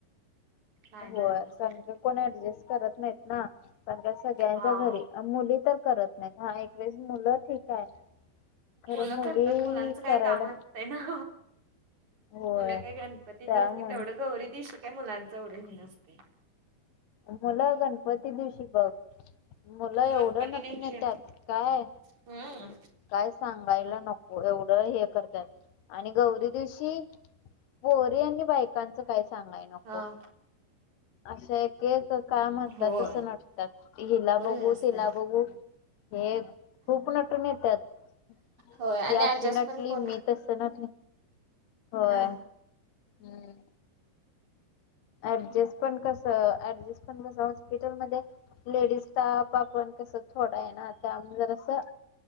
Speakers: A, on the right (about 45°); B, on the left (about 75°).
A: नाही
B: हो
A: म्हणत असतात.
B: कारण का कोणी ऍडजस्ट करत नाहीत ना कारण का सगळ्यांच्या
A: हा
B: घरी मुली तर करत नाहीत हा एकवेेळेस मुलं ठीक आहे खरं
A: मुलं
B: मुली
A: करतात मुलांचं काही
B: करायला
A: काम नसतय ना
B: होय
A: मला काय गणपतीचच
B: त्यामुळे
A: कि तेवढं गौरी दे शकत काय मुलांच एढं घेनसते
B: मुला गणपती दिवशी बघ मुलं एवढं
A: गणपती
B: नटून
A: दिवशी
B: येतत काय
A: हम्म
B: काय सांगायला नको एवढं हे करतात आणि गौरी दिवशी बोर यांनी बायकांचं काय सांगलंय नको
A: हा.
B: अशा एक एक काम होतातसं
A: होय
B: नटतात हिला
A: भरपूर
B: बघू
A: हे असतंय.
B: तिला बघू हे खूप नटून येतात
A: होय आणि
B: या
A: ऍडजस्ट
B: शि नटली
A: पण कोण
B: मी तस ना
A: करणार
B: होय
A: ना
B: ह् ऍडजस्ट पण कस ऍडजस्ट पण कस हॉस्पिटलमध्येध्ये लेडीज त आप आपण कसं थोडा आहे ना त्या जर असं